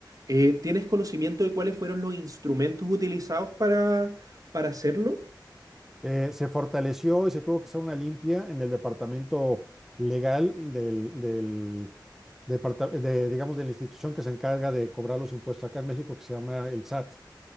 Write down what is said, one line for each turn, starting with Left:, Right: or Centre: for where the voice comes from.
Right: Eh, ¿tienes conocimiento de cuáles fueron los instrumentos utilizados para, para hacerlo?
Centre: Eh, se fortaleció y se tuvo que hacer una limpia en el departamento legal del, del departa- de, digamos, de la institución que se encarga de cobrar los impuestos acá en México, que se llama el SAT